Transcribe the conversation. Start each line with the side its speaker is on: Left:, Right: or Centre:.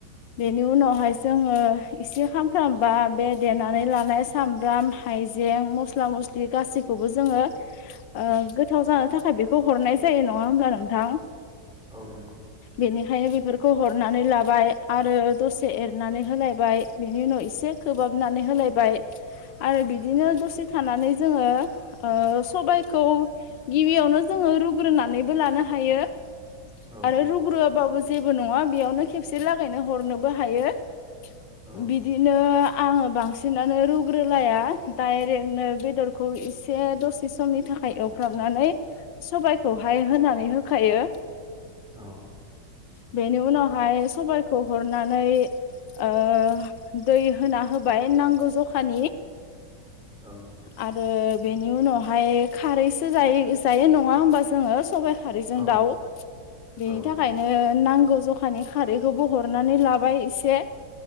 Left: बेनि उनावहाय जोङो एसे खामफ्रामबा बे देनानै लानाय। सामब्राम हाइजें मस्ला मस्लि गासैखौबो जोङो। ओ गोथाव जानो थाखाय बेखौ हरनाय जायो नङा होमब्ला नोंथां।
Centre: औ नंगौ।
Left: बेनिखायनो बेफोरखौ हरनानै लाबाय आरो दसे एरनानै होलायबाय बेनि उनाव एसे खोबहाबनानै होलायबाय आरो बिदिनो दसे थानानै जोङो ओ सबायखौ गिबियावनो जोङो रुग्रोनानैबो लानो हायो।
Centre: औ
Left: आरो
Centre: औ
Left: रुग्रोआबाबो जों जेबो नङा बेयावनो खेबसे लागायनो हरनोबो हायो
Centre: औ
Left: बिदि बिदिनो आङो बांसिनानो रुग्रोलाया दाइ जोंनो बेदरखौ इसे दसे समनि थाखाय एवफ्राबनानै सबाइखौहाय होनानै होखायो।
Centre: औ।
Left: बेनि उनावहाय सबाइखौ हरनानै ओ दै होना होबाय नांगौ जखानि।
Centre: औ।
Left: आरो बेनि उनावहाय खारैसो जायो जायो नङा होमबा जोङो? सबाइ खारैजों
Centre: औ
Left: दाउ। बेनि
Centre: औ
Left: थाखायनो
Centre: नंगौ
Left: नांगौ जखा नि खारैखौबो हरनानै लाबाय एसे।